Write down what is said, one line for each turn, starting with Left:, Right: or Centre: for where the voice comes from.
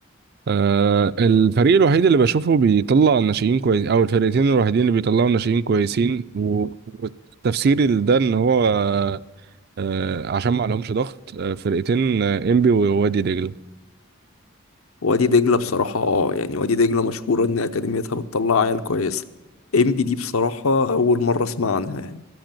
Right: آه الفريق الوحيد اللي بشوفه بيطلع ناشئين كويس او الفرقتين الوحيدين اللي بيطلعوا ناشئين كويسين و- والتفسير ده ان هو آه آه، عشان ما عليهمش ضغط آه فرقتين آه، انبي ووادي دجله
Left: وادي دجلة بصراحة اه يعني وادي دجلة مشهورة إن أكاديميتها بتطلع عيال كويسة إم بي دي بصراحة أول مرة أسمع عنها يعني